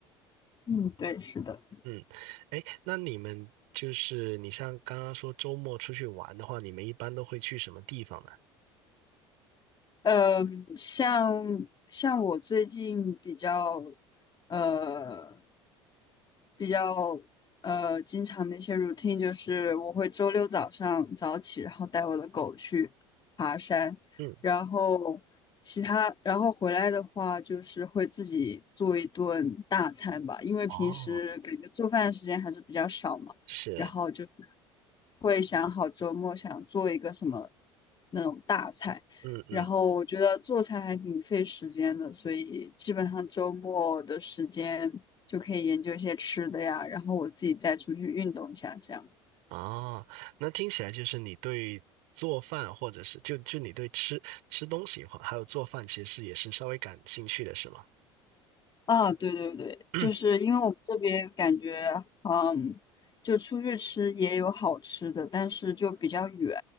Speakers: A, on the left (about 30°); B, on the right (about 60°).
A: 嗯，对，是的。
B: 嗯，哎，那你们就是你像刚刚说周末出去玩的话，你们一般都会去什么地方呢？
A: 嗯，像像我最近比较呃比较呃经常的一些 routine 就是我会周六早上早起，然后带我的狗去爬山，
B: 嗯，
A: 然后其他然后回来的话就是会自己做一顿大餐吧，因为平时感觉做饭的时间还是比较少嘛，
B: 哦，是，
A: 然后就会想好周末想做一个什么那种大菜。
B: 嗯嗯。
A: 然后我觉得做菜还挺费时间的，所以基本上周末的时间就可以研究一些吃的呀，然后我自己再出去运动一下，这样。
B: 啊，那听起来就是你对做饭，或者是就就你对吃吃东西哈，还有做饭，其实也是稍微感兴趣的，是吗？
A: 啊，对对对，
B: <clears throat> 嗯，
A: 就是因为我们这边感觉，嗯，就出去吃也有好吃的，但是就比较远，